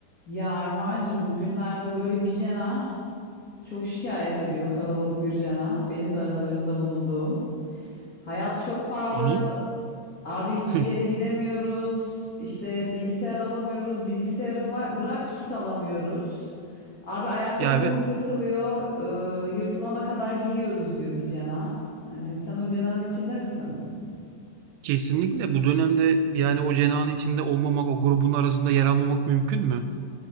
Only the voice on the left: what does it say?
Ya Armağancığım bugünlerde böyle bir cena çok şikayet ediyor kalabalık bir cena. Benim de aralarında bulunduğum. Hayat çok pahalı.
Abi hiçbir
yere gidemiyoruz. İşte bilgisayar alamıyoruz. Bilgisayarı bıla- bırak süt alamıyoruz. Abi ayakkabımız
yırtılıyor. Ee, yırtılana kadar giyiyoruz diyor bir cena. Hani sen o cenahın içinde misin?